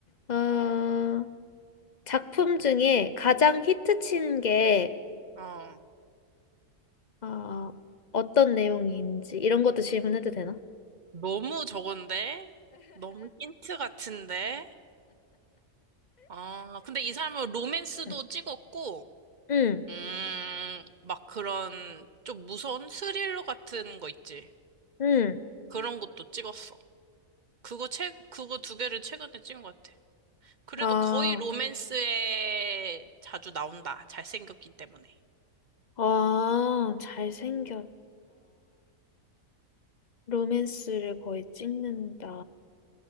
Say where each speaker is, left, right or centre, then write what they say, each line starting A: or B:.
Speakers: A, on the left; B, on the right.
A: 어, 작품 중에 가장 히트 친 게,
B: 어.
A: 어, 어떤 내용인지, 이런 것도 질문해도 되나?
B: 너무 저건데? 너무 힌트 같은데? 아, 근데 이 사람은 로맨스도
A: 응.
B: 찍었고,
A: 응,
B: 음, 막 그런 좀 무서운 스릴러 같은 거 있지.
A: 응.
B: 그런 것도 찍었어. 그거 최, 그거 두 개를 최근에 찍은 것 같아. 그래도
A: 아,
B: 거의 로맨스에 자주 나온다. 잘생겼기 때문에.
A: 아, 잘생겼다. 로맨스를 거의 찍는다.